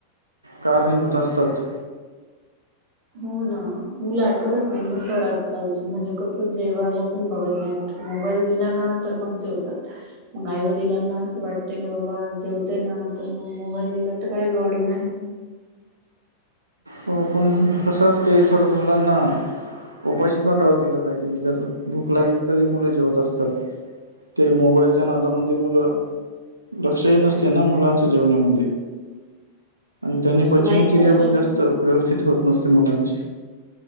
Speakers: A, on the right; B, on the right.
A: कारणीभूत असतात.
B: हो ना. मुलं ऐकतच नाही ना सर आजकालची म्हणजे कसं जेवायला- - पण बघत नाहीत. मोबाईल दिला ना तर मग जेवतात. मग आई वडिलांना असं वाटते की बाबा जेवते ना. तर मग मोबाईल दिला तर काय प्रॉब्लेम हाय.
A: हो पण कसं असतयं. थोडं मुलांना उपाशी पण राहू दिलं पाहिजे. जर भूक लागली तरी मुलं जेवत असतात. ते मोबाईलच्या नादामध्ये मुलं लक्षही नसते ना मुलांच्या जेवण्यामध्ये. आणि त्यांनी पचन
B: नाही सर
A: क्रिया पण जास्त व्यवस्थित होत नसते मुलांची.